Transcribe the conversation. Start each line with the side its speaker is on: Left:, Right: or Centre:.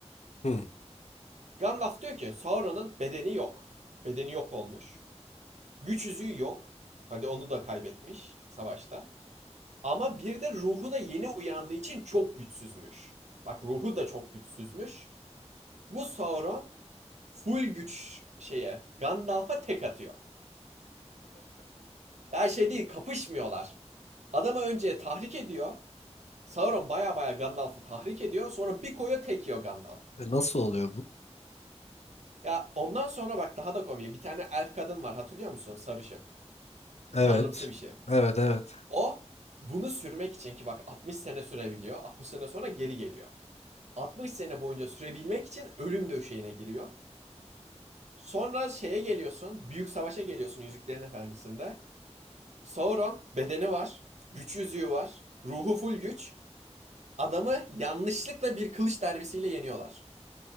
Left: hmm,
Right: Gandalf diyor ki Sauron'un bedeni yok. Bedeni yok olmuş. Güç yüzüğü yok. Hadi onu da kaybetmiş savaşta. Ama bir de ruhu da yeni uyandığı için çok güçsüzmüş. Bak ruhu da çok güçsüzmüş. Bu Sauron full güç şeye Gandalf'a tek atıyor. Ya şey değil kapışmıyorlar. Adamı önce tahrik ediyor. Sauron baya baya Gandalf'ı tahrik ediyor. Sonra bir koyuyor tek yiyor Gandalf.
Left: e, Nasıl oluyor bu?
Right: Ya ondan sonra bak daha da komik. Bir tane elf kadın var hatırlıyor musun? Sarışın.
Left: Evet.
Right: Tanrımsı bir şey.
Left: Evet, evet.
Right: O bunu sürmek için ki bak 60 sene sürebiliyor. 60 sene sonra geri geliyor. 60 sene boyunca sürebilmek için ölüm döşeğine giriyor. Sonra şeye geliyorsun. Büyük savaşa geliyorsun Yüzüklerin Efendisi'nde. Sauron bedeni var, güç yüzüğü var, ruhu full güç. Adamı yanlışlıkla bir kılıç darbesiyle yeniyorlar.